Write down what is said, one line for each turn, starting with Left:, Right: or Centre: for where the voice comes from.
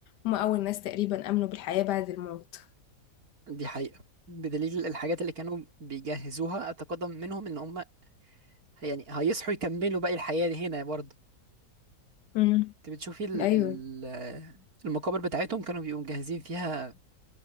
Left: هما أول ناس تقريبا آمنوا بالحياة بعد الموت
Right: دي حقيقة بدليل الحاجات اللي كانوا بيجهزوها أتقدم منهم إن هم يعني هيصحوا يكملوا باقي الحياة دي هنا برضه
Left: امم
Right: أنت بتشوفي ال-
Left: أيوه
Right: ال- المقابر بتاعتهم كانوا بيبقوا مجهزين فيها